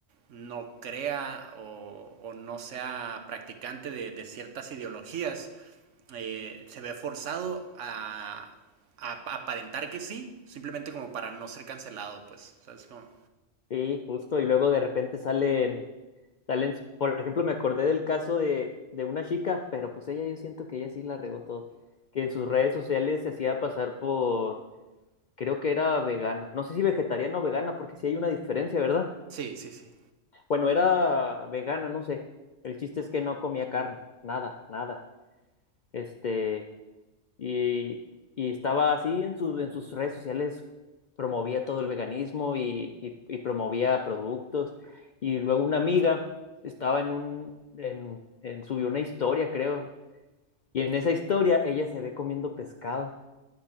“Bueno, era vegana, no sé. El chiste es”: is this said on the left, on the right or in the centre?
Left